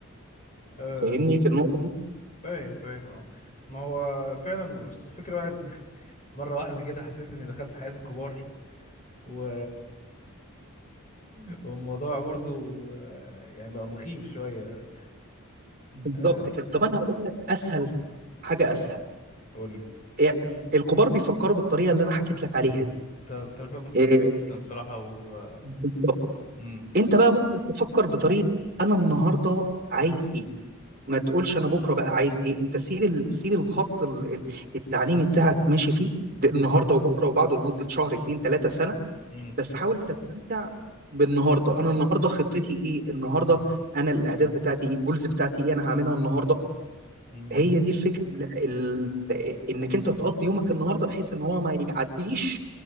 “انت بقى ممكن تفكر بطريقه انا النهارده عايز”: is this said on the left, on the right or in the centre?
Right